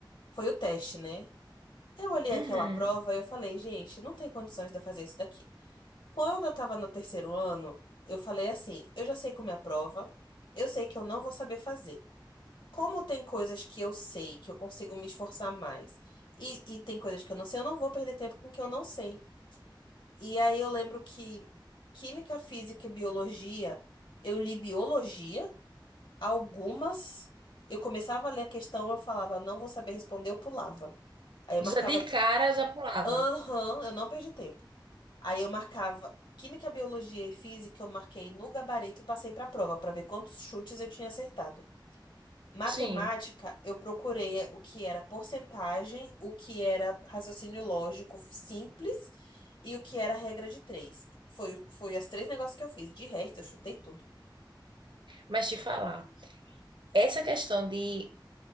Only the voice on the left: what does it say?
foi o teste, né? Eu olhei
aquela prova e eu falei, gente, não tem condições de eu fazer isso daqui. Quando eu tava no terceiro ano, eu falei assim, eu já sei como é a prova, eu sei que eu não vou saber fazer. Como tem coisas que eu sei, que eu consigo me esforçar mais, e, e tem coisas que eu não sei, eu não vou perder tempo com o que eu não sei. E aí eu lembro que química, física e biologia, eu li biologia, algumas. Eu começava a ler a questão, eu falava, não vou saber responder, eu pulava. Aí eu
marcava,
aham, eu não perdi tempo. Aí eu marcava química, biologia e física, eu marquei no gabarito e passei para a prova para ver quantos chutes eu tinha acertado. Matemática,
eu procurei o que era porcentagem, o que era raciocínio lógico simples e o que era regra de três. Foi, foi os três negócios que eu fiz. De resto, eu chutei tudo.